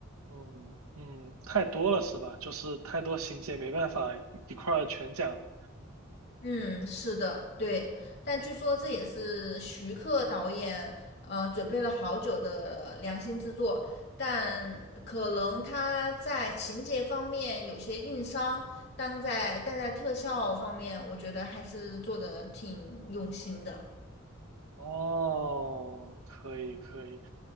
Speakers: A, on the right (about 80°); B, on the left (about 50°).
A: 嗯嗯，太多了是吧？就是太多情节没办法一块儿全讲了。
B: 嗯，是的，对。但据说这也是徐克导演呃准备了好久的良心之作，但可能他在情节方面有些硬伤，但在但在特效方面，我觉得还是做的挺用心的。
A: 哦，可以可以，